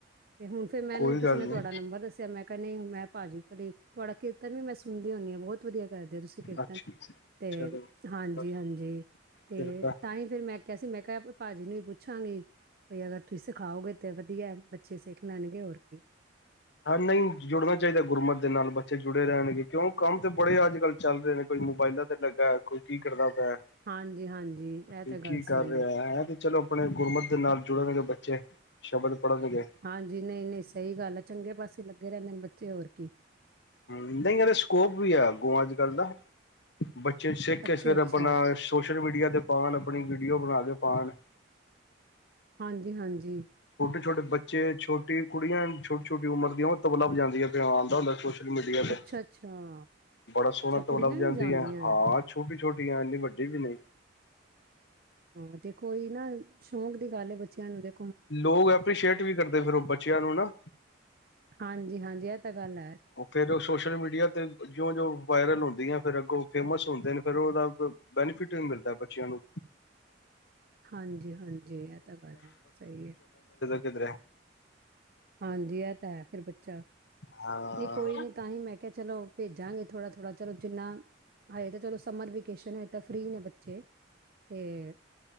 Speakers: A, on the right (about 50°); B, on the left (about 60°).
A: ਤੇ ਹੁਣ, ਫਿਰ ਮੈਨੂੰ
B: ਕੋਈ
A: ਕਿਸੇ
B: ਗੱਲ
A: ਨੇ
B: ਨੀ
A: ਤੁਹਾਡਾ ਨੰਬਰ ਦੱਸਿਆ ਮੈਂ ਕਰਨੀ ਮੈਂ ਭਾਜੀ ਭਲੇ ਤੁਆਡਾ ਕੇ ਫੇਰ ਵੀ ਮੈਂ ਸੁਣਦੀ ਹੁੰਨੀ ਆਂ। ਬਹੁਤ ਵਧੀਆ ਕਰਦੇ ਹੋ ਤੁਸੀਂ ਕੀਰਤਨ।
B: ਅੱਛਾ
A: ਤੇ
B: ਚਲੋ
A: ਹਾਂਜੀ,
B: ਬਸ
A: ਹਾਂਜੀ, ਤੇ
B: ਕਿਰਪਾ
A: ਤਾਂ ਹੀ ਫਿਰ ਮੈਂ। ਕਿਆ ਸੀ ਮੈਂ ਕਿਹਾ ਵ ਭਾਜੀ ਨੂੰ ਵੀ ਪੁੱਛਾਂਗੀ, ਬਈ ਅਗਰ ਤੁਸੀਂ ਸਿਖਾਓਗੇ ਤਾਂ ਅਗਰ <unintelligible> ਬਚੇ ਸਿੱਖ ਲੈਣਗੇ ਹੋਰ ਕੀ।
B: ਹਾਂ ਨਹੀਂ ਜੁੜਨਾ ਚਾਈਦਾ, ਗੁਰਮਤ ਦੇ ਨਾਲ ਬੱਚੇ ਜੁੜੇ ਰਹਿਣਗੇ। ਕਿਉਂ ਕੰਮ ਤੇ ਬੜੇ ਅੱਜ ਕੱਲ੍ਹ ਚੱਲ ਰਹੇ ਨੇ ਕੋਈ ਮੋਬਾਇਲਾਂ ਤੇ ਲੱਗਾ, ਕੋਈ ਕੀ ਕਰਦਾ ਐ ਐ।
A: ਹਾਂਜੀ, ਹਾਂਜੀ ਇਹ
B: ਕੋਈ
A: ਤਾਂ ਗੱਲ
B: ਕੀ ਕਰ
A: ਸਹੀ
B: ਰਿਹਾ
A: ਹੈ।
B: ਐ, ਐਂ ਤੇ ਚਲੋ ਆਪਣੇ ਗੁਰਮਤ ਦੇ ਨਾਲ ਜੁੜੇ ਰਹਿਨਗੇ ਬ ਚੇ, ਸ਼ਬਦ ਪੜ੍ਹਨਗੇ
A: ਹਾਂਜੀ ਨਹੀਂ ਨਹੀਂ ਸਹੀ ਗੱਲ ਐ। ਚੰਗੇ ਪਾਸੇ ਲੱਗੇ ਰੇਂਦੇ ਨੇ ਬੱਚੇ, ਹੋਰ ਕੀ।
B: ਹਮ ਨਹੀ ਏਦਾ ਸਕੋਪ ਵੀ ਆ ਅੱਗੋਂ, ਅੱਜ ਕੱਲ ਦਾ ਬੱਚੇ ਸਿੱਖ
A: ਅੱਛਾ,
B: ਕੇ ਸਵੇਰੇ,
A: ਅੱਛਾ।
B: ਆਪਣਾ ਛੋ ਸੋਸ਼ਲ ਮੀਡੀਆ ਤੇ ਪਾਣ, ਆਪਣੀ ਵੀਡੀਓ ਬਣਾ ਕੇ ਪਾਣ
A: ਹਾਂਜੀ ਹਾਂਜੀ।
B: ਛੋਟੇ ਬੱਚੇ ਛੋਟੀ ਕੁੜੀਆਂ, ਛੋਟੀ ਛੋਟੀ ਉਮਰ ਦੀਆਂ, ਤਬਲਾ ਵਜਾਂਦੀਆਂ ਤੇ ਆਂਦਾ ਹੁੰਦਾ ਸੋ਼ਸ਼ ਲ ਮੀਡੀਆ ਤੇ
A: ਅੱਛਾ, ਅੱਛਾ,
B: ਬੜਾ
A: ਅੱਛਾ
B: ਸੋਹਣਾ
A: ਕੁੜੀਆਂ
B: ਵਜਾ
A: ਵੀ
B: ਲੈਂਦੀਆ।
A: ਜਾਂਦੀਆਂ
B: ਹਾਂ
A: ਹੈ।
B: ਛੋਟੀ ਛੋਟੀਆਂ, ਇੰਨੀ ਵੱਡੀ ਵੀ ਨਹੀਂ।
A: ਹਾਂ ਤੇ ਕੋਈ ਨਾ ਸ਼ੌਂਕ ਦੀ ਗੱਲ ਐ, ਬੱਚਿਆਂ ਨੂੰ ਤੇ
B: ਲੋਕ ਐਪ੍ਰਸ਼ੀਏਟ ਵੀ ਕਰਦੇ, ਫਿਰ ਉਹ ਬੱਚਿਆਂ ਨੂੰ ਨਾ।
A: ਹਾਂਜੀ, ਹਾਂਜੀ ਇਹ ਤਾਂ ਗੱਲ ਹੈ।
B: ਉਹ ਫੇਰ ਉਹ ਸੋਸ਼ਲ ਮੀਡੀਆ ਤੇ, ਜਿਓਂ ਜਿਓਂ ਵਾਇਰਲ ਹੁੰਦੀਆਂ, ਫਿਰ ਅੱਗੋਂ ਫੇਮਸ ਹੁੰਦੇ ਨੇ ਫਿਰ ਉਹਦਾ ਬੈਨੀਫਿਟ ਵੀ ਮਿਲਦਾ ਬੱਚਿਆਂ ਨੂੰ
A: ਹਾਂਜੀ ਹਾਂਜੀ, ਇਹ ਤਾਂ ਗੱਲ ਹੈ, ਸਹੀ ਐ।
B: ਕਿਧਰੈ
A: ਹਾਂਜੀ ਏਹ ਤਾਂ ਹੈ ਫਿਰ ਬੱਚ ਚਾ,
B: ਹਾਂ
A: ਨਹੀਂ ਕੋਈ ਨੀ ਤਾਂ ਹੀ ਮੈਂ ਕਿਆ ਚਲੋ ਭੇਜਾਂਗੀ ਥੋੜਾ ਥੋੜਾ, ਚਲੋ ਜਿੰਨਾ ਹਲੇ ਤਾਂ ਚਲੋ ਸਮਰ ਵੇਕੇਸ਼ਨ ਹੈ ਤਾਂ ਫ੍ਰੀ ਨੇ ਬੱਚੇ ਤੇ